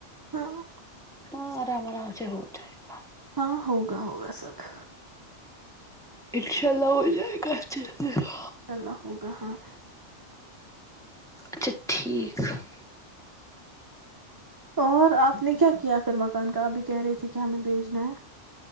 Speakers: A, on the right; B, in the centre.
A: ہاں <inaudible>
B: ہاں آرام آرام سے ہو جائے گا <unintelligible>
A: ہاں ہوگا ہوگا سب <inaudible>
B: انشاء اللہ ہو جائے گال <unintelligible>
A: انشاءلہ ہو گا ہاں <unintelligible>
B: اچھا ٹھیک <unintelligible>
A: اور آپ نے کیا کیا پھر مکان کا اب بھی کہہ رہے <unintelligible> تھے کہ ہمیں بھیجنا ہے